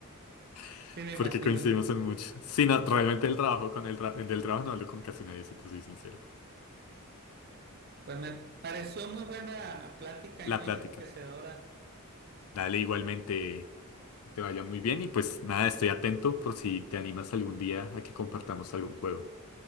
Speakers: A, on the left; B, on the right.
A: <laughs>
B: Sí, me imagino.
A: porque coincidimos en mucho. Sí, no, realmente el trabajo con el tra- del trabajo no hablo con casi nadie, si te soy sincero.
B: Pues me pareció muy buena plática
A: La
B: y muy
A: plática.
B: enriquecedora.
A: Dale, igualmente te vaya muy bien y pues nada, estoy atento por si te animas algún día a que compartamos algún juego.